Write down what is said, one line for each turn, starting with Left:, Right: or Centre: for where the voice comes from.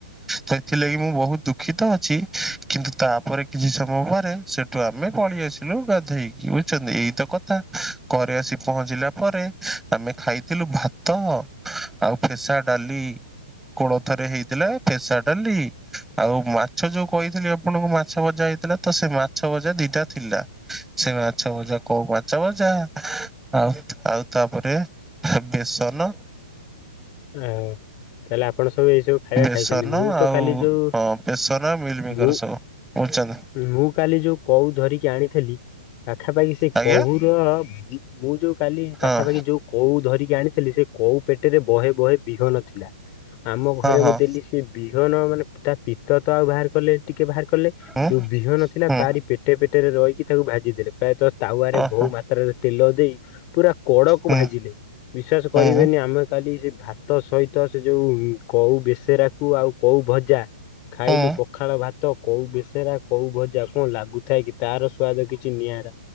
Centre: ସେଥିଲାଗି ମୁଁ ବହୁତ ଦୁଃଖିତ ଅ କିନ୍ତୁ ତାପରେ କିଛି ସମୟ ପରେରେ ସେଠୁ ଆମେ ପଳେଇ ଆସିଲୁ ଗାଧୋଇକି ବୁଝଛନ୍ତି ଏଇତ କଥା ଘରେ ଆସି ପହଞ୍ଚିଲା ତା ପରେ ଆମେ ଖାଇଥିଲୁ ଭାତ ଆଉ ଫେସା ଡାଲି କୋଳଥରେ ହେଇଥିଲା ଫେସା ଡାଲି ଆଉ ମାଛ ଯୋଉ କହିଥିଲି ଆପଣଙ୍କୁ ମା ମାଛଭଜା ହେଇଥିଲା ତ ସେ ମାଛଭଜା ଦିଟା ଥିଲା ସେ ମାଛଭଜା କଉ ମାଛଭଜା। ଆଉ ଆଉ ତାପରେ ବେସନ,
Left: ଓହୋ ତାହେଲେ ଆପଣ ସବୁ ଏଇ ସବୁ ଖାଇବା
Centre: ବେସନ
Left: ଖାଇଛନ୍ତି ମୁଁ ତ
Centre: ଆଉ
Left: କାଲି ଯୋଉ
Centre: ହଁ ବେସନ ମିଲମିକର
Left: ମୁଁ
Centre: ସବୁ <unintelligible>
Left: ମୁଁ କାଲି ଯୋଉ କଉ ଧରିକି ଆଣିଥିଲି। ପାଖାପାଖି ସେ
Centre: ଆଜ୍ଞା।
Left: କହୁୁର ମୁ କାଲି
Centre: ହଁ
Left: ପାଖାପାଖି ଯୋଉ କଉ ଧରିକି ଆଣିଥିଲି ସେ କଉ ପେଟରେ ବହେ ବହେ ବିହନ ଥିଲା। ଆମ
Centre: ହଁ
Left: ଘରେ
Centre: ହଁ
Left: ମୁଁ ଦେଲି ସେ ବିହନ ମାନେ ତା ପିତ ତ ଆଉ ବାହାର କଲେ ଟିକେ ବାହାର କଲେ
Centre: ହୁଁ
Left: ଯୋଉ ବିହନ ଥିଲା
Centre: ହୁଁ
Left: ତାରି ପେଟେ ପେଟରେ ରହିକି ତାକୁ ଭାଜି ଦେଲେ ପ୍ରାୟତଃ ତାୱାରେ
Centre: ଓହୋ
Left: ବହୁ ମାତ୍ରାରେ ତେଲ ଦେଇ ପୁରା କଡକୁ
Centre: ହୁଁ
Left: ଭାଜିଲେ ବିଶ୍ୱାସ
Centre: ହୁଁ
Left: କରିବେନି
Centre: ହୁଁ
Left: ଆମେ କାଲି ସେ ଭାତ ସହିତ ତ ସେ ଯୋଉ କଉ ବେସେରାକୁ ଆଉ କଉ ଭଜା ଖାଇଲୁ
Centre: ହୁଁ
Left: ପଖାଳ ଭାତ କଉ ବେସ କୋଉ ଭଜା କଣ ଲାଗୁଥାଏ କି ତାର ସ୍ଵାଦ କିଛି ନିଆରା।